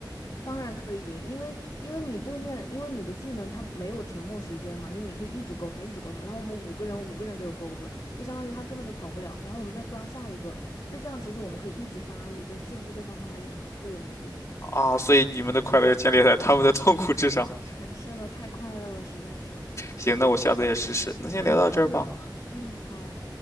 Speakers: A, on the left; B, on the left.
A: 当然可以赢，因为因为你对面，因为你的技能它没有沉默时间嘛，就你可以一直勾他，一直勾他。然后我们五个人五个人都有钩子，就相当于他根本就跑不了。然后我们再抓下一个，就这样其实我们可以一直发育，就限制对方发育了嘛，所以我们也可以赢。
B: 啊，所以你们的快乐建立在他们的痛苦之上。
A: <laughs> 是的，太快乐了，实在是。
B: 行，那我下次也试试。那先聊到这儿吧，
A: 嗯嗯，好，